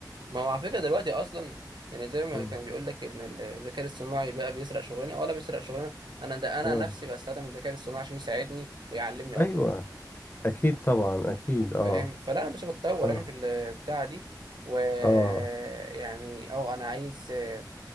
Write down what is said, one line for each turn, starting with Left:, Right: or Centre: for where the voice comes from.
Right: ما هو على فكره دلوقتي اصلا يعني زي ما
Left: مم.
Right: كان بيقول لك ان الذكاء الصناعي بقى بيسرق شغلنا ولا بيسرق شغلنا انا ده انا
Left: اه
Right: نفسي بستخدم الذكاء الصناعي عشان يساعدني ويعلمني اكتر
Left: ايوه اكيد طبعا اكيد اه
Right: فاهم فلا انا مش بتطور
Left: اه
Right: انا في البتاعه دي ويعني
Left: اه
Right: اه انا عايز آه،